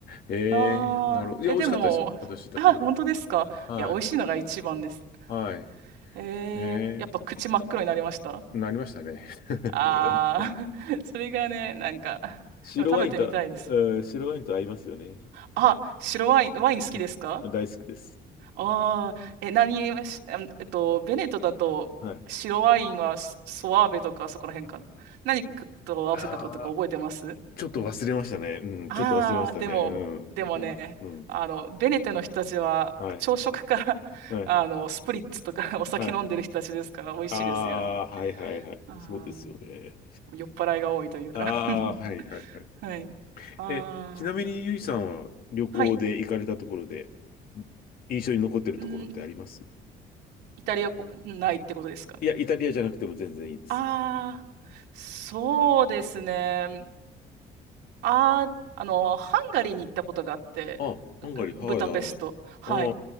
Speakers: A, on the left; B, on the right.
A: ええなるほど。
B: あー、あえ、
A: いや、美味しかったですよ。
B: でも、
A: 私行ったところ。
B: あ、本当ですかいや、
A: は
B: 美味しいのが一番です。
A: い、はい。
B: え
A: ええ
B: ー、やっぱ口真っ黒になりました
A: なりましたね。<laughs>
B: ああー、<laughs> それがね、なんか、
A: 白ワインと、
B: でも食べてみたいです。
A: えー白ワインと合いますよね。
B: あ、白ワイン、ワイン好きですか
A: うん。大好きです。
B: ああ、え、何、えしあんえっと、ベネットだと、
A: はい。
B: 白ワインはスソワーベとかそこら辺かな。何と合わせたかとか覚えてますはい
A: ああ、ちょっと忘れましたね。うん、
B: ああでも、
A: ちょっと忘れましたね。うん、
B: でもね、
A: うん、うん。うん
B: あの、ベネテトの人たちは、
A: はい、
B: 朝食から <laughs>
A: はい、
B: あの、スプリッツとか <laughs> お酒飲んでる人たちですから、
A: はい。
B: 美味しいですよね。
A: ああ、はい、はい、はい。
B: あ
A: そうですよね。
B: あ、酔っ払いが多いというか
A: ああはいはいはい。
B: <laughs> はい。ああ、
A: え、ちなみにゆいさんは旅行で行かれたところで、
B: はい。
A: 印象に残ってるところってあります
B: うん、イタリアこ、ないってことですかね。
A: いや、イタリアじゃなくても全然いいです。
B: ああ、そうですね。ああ、あの、ハンガリーに行ったことがあって、
A: あ、ハンガリー、
B: ブダペスト。
A: はいはいはい。
B: はい。
A: ああ、